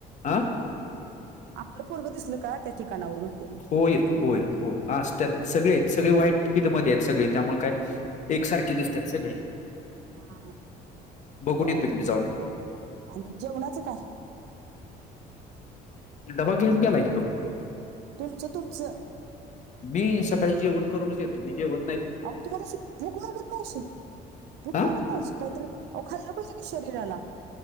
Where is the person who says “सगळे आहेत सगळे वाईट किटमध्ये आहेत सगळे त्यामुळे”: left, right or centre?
Left